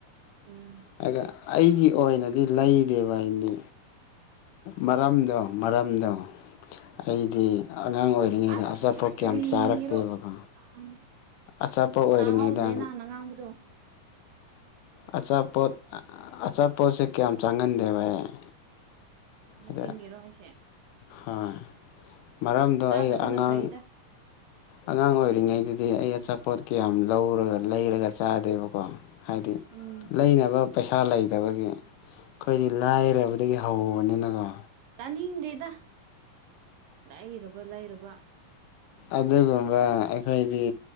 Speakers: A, on the right; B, on the left.
A: ꯎꯝ
B: ꯑꯗ ꯑꯩꯒꯤ ꯑꯣꯏꯅꯗꯤ ꯂꯩꯗꯦꯕ ꯑꯩꯗꯤ ꯃꯔꯝꯗꯣ ꯃꯔꯝꯗꯣ ꯑꯩꯗꯤ ꯑꯉꯥꯡ ꯑꯣꯏꯔꯤꯉꯩꯗ
A: ꯑꯁ
B: ꯑꯆꯥꯄꯣꯠ ꯀꯌꯥꯝ
A: ꯀꯔꯤꯔꯣ
B: ꯆꯥꯔꯛꯇꯦꯕꯀꯣ
A: ꯎꯝ
B: ꯑꯆꯥꯄꯣꯠ ꯑꯣꯏꯔꯤꯉꯩꯗ
A: ꯇꯥꯍꯧꯗ꯭ꯔꯦ ꯅꯍꯥꯟꯅ ꯉꯥꯡꯕꯗꯣ
B: ꯑꯆꯥꯄꯣꯠ ꯑꯆꯥꯄꯣꯠꯁꯦ ꯀꯌꯥꯝ ꯆꯥꯡꯉꯟꯗꯦꯕ ꯑꯩ
A: ꯑꯁꯦꯡꯒꯤꯔꯣ
B: ꯑꯗ
A: ꯍꯥꯏꯁꯦ
B: ꯍꯣꯏ ꯃꯔꯝꯗꯣ
A: ꯆꯥꯗꯕꯅ
B: ꯑꯩ ꯑꯉꯥꯡ
A: ꯐꯩꯗ
B: ꯑꯉꯥꯡ ꯑꯣꯏꯔꯤꯉꯩꯗꯗꯤ ꯑꯩ ꯑꯆꯥꯄꯣꯠ ꯀꯌꯥꯝ ꯂꯧꯔꯒ ꯂꯩꯔꯒ ꯆꯥꯗꯦꯕꯀꯣ ꯍꯥꯏꯗꯤ
A: ꯎꯝ
B: ꯂꯩꯅꯕ ꯄꯩꯁꯥ ꯂꯩꯇꯕꯒꯤ ꯑꯈꯣꯏꯗꯤ ꯂꯥꯏꯔꯕꯗꯒꯤ ꯍꯧꯕꯅꯤꯅꯒꯣ
A: ꯇꯅꯤꯡꯗꯦꯗ ꯂꯥꯏꯔꯕ ꯂꯥꯏꯔꯕ
B: ꯑꯗꯨꯒꯨꯝꯕ ꯑꯩꯈꯣꯏꯗꯤ